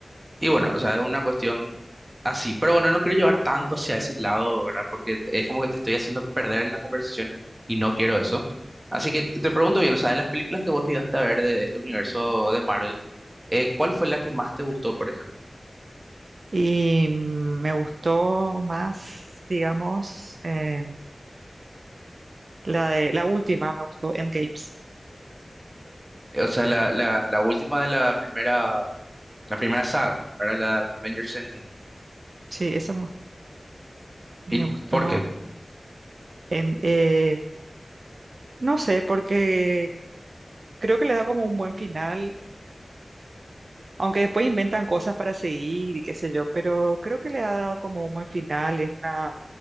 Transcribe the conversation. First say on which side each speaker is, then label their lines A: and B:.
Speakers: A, on the right; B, on the right.
A: Y bueno,
B: mm.
A: o sea, es una cuestión así. Pero bueno, no quiero llevar tanto hacia ese lado, ¿verdad? Porque es como que te estoy haciendo perder en la conversación y no quiero eso. Así que te pregunto bien, o sea, de las películas que vos llegaste a ver de, este universo de Marvel, eh, ¿cuál fue la que más te gustó, por ejemplo?
B: Y mm, me gustó más, digamos, eh, la de la última, me gustó Endgame.
A: Eh, O sea, la, la, la última de la primera, la primera saga, para La Avengers Endgame.
B: Sí, esa me me
A: ¿Y
B: gustó.
A: por qué?
B: En, eh, no sé, porque creo que le da como un buen final, aunque después inventan cosas para seguir y qué sé yo, pero creo que le ha dado como un buen final. Es una,